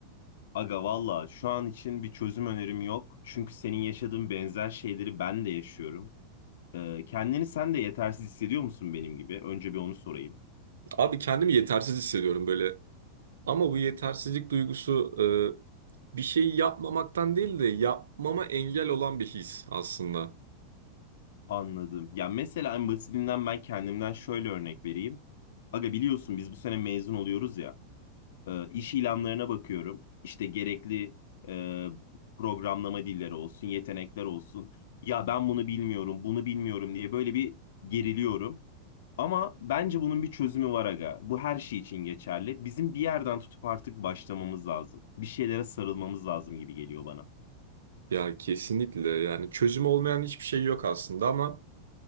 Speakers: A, on the left; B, on the right.
A: Aga valla şu an için bir çözüm önerim yok. Çünkü senin yaşadığın benzer şeyleri ben de yaşıyorum. Ee, kendini sen de yetersiz hissediyor musun benim gibi? Önce bir onu sorayım.
B: Abi kendimi yetersiz hissediyorum böyle. Ama bu yetersizlik duygusu e, bir şey yapmamaktan değil de yapmama engel olan bir his aslında.
A: Anladım. Ya mesela en basitinden ben kendimden şöyle örnek vereyim. Aga biliyorsun biz bu sene mezun oluyoruz ya. E, iş ilanlarına bakıyorum. İşte gerekli e, programlama dilleri olsun, yetenekler olsun. Ya ben bunu bilmiyorum, bunu bilmiyorum diye böyle bir geriliyorum. Ama bence bunun bir çözümü var aga. Bu her şey için geçerli. Bizim bir yerden tutup artık başlamamız lazım. Bir şeylere sarılmamız lazım gibi geliyor bana.
B: Ya kesinlikle yani çözüm olmayan hiçbir şey yok aslında ama